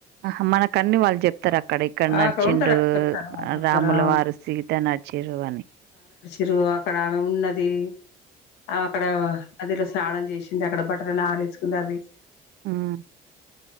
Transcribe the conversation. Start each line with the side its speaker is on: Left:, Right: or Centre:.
Right: ఆహ మనక అన్ని వాళ్ళు చెప్తారు అక్కడ ఇక్కడ
Left: ఆ
Right: నడిచిండు
Left: అక్కడ ఉంటారండి చెప్తారు ఆ చెప్తారు
Right: రాముల వారు సీత న నచ్చిర్రు అని
Left: ఇరు అక్కడ ఆమె ఉన్నది అక్కడ నదిలో స్నానం చేసి అక్కడ బట్టర్ని ఆరేసుకున్నది
Right: ఉమ్